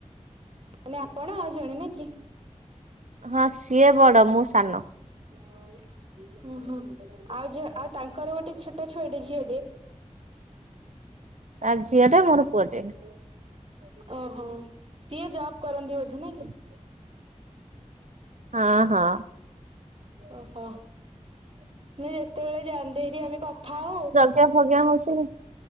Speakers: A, on the right (about 50°); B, on the right (about 70°).
A: ମାନେ ଆପଣ ଆଉ ଜଣେ ନା କି?
B: ହଁ ସିଏ ବଡ ମୁଁ ସାନ।
A: <unintelligible> ହୁଁ ହୁଁ ଆଉ ଯୋ ଆଉ ତାଙ୍କର ଗୋଟେ ଛୋଟ ଛୁଆଟେ ଝିଅ ଟେ।
B: ତା ଝିଅ ଟେ ମୋର
A: <inaudible>
B: ପୁଅଟେ
A: ଓହୋ ସିଏ ଜବ୍ କରନ୍ତି ବୋଧେ ନା କି?
B: ହ ହଁ ହଁ।
A: ଓହୋ ମୁ ଯେତେବେଳେ ଯାନ୍ଦରି ଆମେ କଥା ଆଉ।
B: କେ ଭଗି ହଉଛି